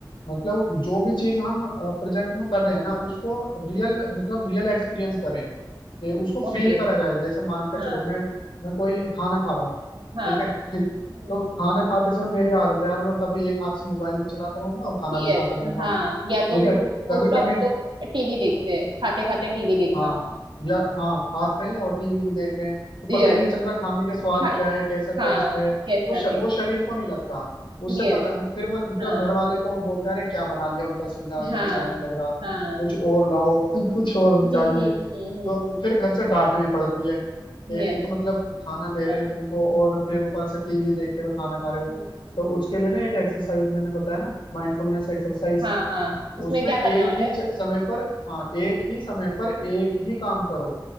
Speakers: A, on the left; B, on the right.
A: मतलब जो भी चीज हम प्रेजेंट में कर रहे हैं ना उसको रियल मतलब रियल एक्सपीरियंस करें कि उसको
B: ओके
A: फील करा जाए जैसे मान के
B: हाँ
A: चलो मैं मैं कोई खाना खा रहा हूँ
B: हाँ
A: ठीक है <laughs>
B: हम्म
A: तो खाना खाते समय मेरी आदत है यार मैं कभी एक हाथ से मोबाइल भी चलाता रहूंगा और खाना
B: यस
A: भी खाता रहूंगा
B: हाँ या तो
A: ठीक है
B: मोस्ट
A: कभी
B: ऑफ
A: कभी
B: लोग टीवी देखते हैं खाते खाते टीवी देखना
A: हाँ
B: होता
A: या हाँ खाते हैं और टीवी भी देख रहे हैं तो पता
B: है। यस
A: ही नहीं चल रहा खाने के स्वाद
B: हाँ
A: क्या है कैसा टेस्ट
B: हाँ
A: है
B: कैसा
A: वो श,
B: टेस्ट
A: वो शरीर को नहीं लगता उससे
B: यस
A: पता फिर म- मतलब
B: हाँ
A: घर वाले को बोलते हैं अरे क्या बना लिया उल्टा सीधा
B: हाँ
A: ये अच्छा नहीं लग रहा
B: हाँ
A: कुछ और लाओ <laughs> कुछ और चाहिए
B: हम्म हम्म हम्म
A: तो फिर घर से डांट भी पड़ती है कि
B: हम्म यस
A: एक तो मतलब खाना दे
B: हाँ
A: रहे हैं तुमको और फिर ऊपर से टीवी देखते हुए खाना खा रहे हो
B: हम्म
A: तो उसके लिए ना एक एक्सरसाइज मैंने बताया ना माइंडफुलनेस एक्सरसाइज
B: हाँ हाँ उसमें
A: उसमें
B: क्या
A: एक
B: करना होता
A: ही
B: है
A: च- समय पर हाँ एक ही समय पर एक ही काम करो